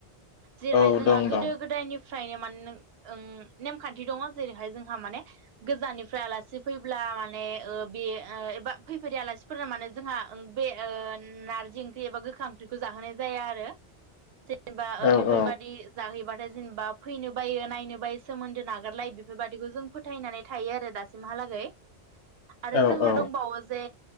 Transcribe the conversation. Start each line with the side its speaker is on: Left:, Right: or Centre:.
Right: जेरैहाय
Left: औ
Right: जोंहा
Left: दं
Right: गोदो
Left: दं
Right: गोदायनिफ्रायनो माने ओं नेमखान्थि दङ जेरैहाय जोंहा माने गोजाननिफ्राय आलासि फैब्ला माने बे बा फैफेरै आलासिफोरना मानोे जोंहा बे नारजि ओंख्रि एबा गोखा ओंख्रिखौ जाहोनाय जाया आरो एबा
Left: औ
Right: बेफोरबायदि
Left: औ
Right: जाहैबा आरो जेनेबा फैनो बायो नायनो बायो सोमोन्दो नागारलायो बेफोरबायदिखौ जों फोथायनानै थायो आरो दासिमहालागै आरो
Left: औ
Right: जोंहा
Left: औ
Right: दंबावो बे